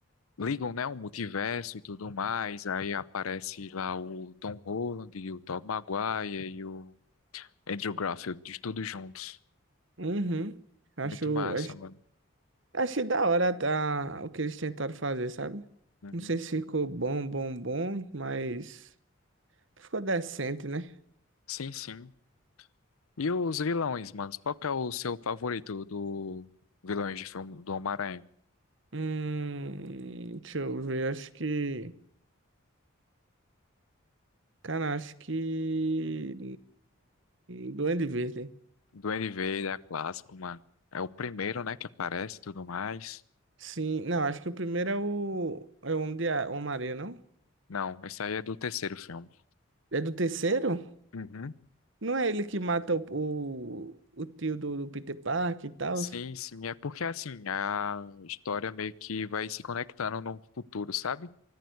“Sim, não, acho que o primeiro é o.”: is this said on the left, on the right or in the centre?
Right